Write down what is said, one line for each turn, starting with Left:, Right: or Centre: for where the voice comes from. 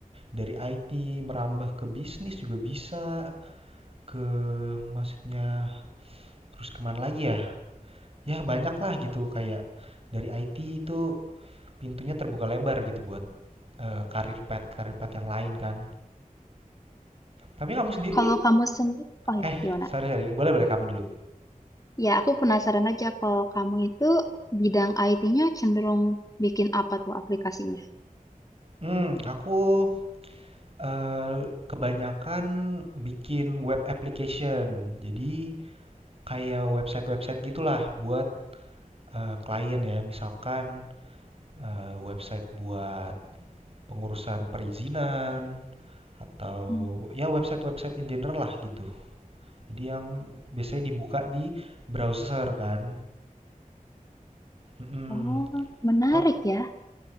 Right: dari IT merambah ke bisnis juga bisa ke maksudnya terus kemana lagi ya? Ya banyak lah gitu kayak dari IT itu pintunya terbuka lebar gitu buat eee, karir pet karir pet yang lain kan. Tapi kamu sendiri
Left: Kalau kamu sendiri, oh
Right: eh,
Left: ya gimana?
Right: sorry sorry, boleh boleh kamu dulu.
Left: Ya aku penasaran aja kalau kamu itu bidang IT-nya cenderung bikin apa tuh aplikasinya?
Right: hmm aku, eee, kebanyakan bikin web application. Jadi kayak website-website gitulah buat, eee, klien ya. Misalkan, eee, website buat pengurusan perizinan atau
Left: Hmm.
Right: ya website-website in general lah gitu. Jadi yang biasanya dibuka di browser kan, mhm.
Left: Oh, menarik
Right: kalau
Left: ya.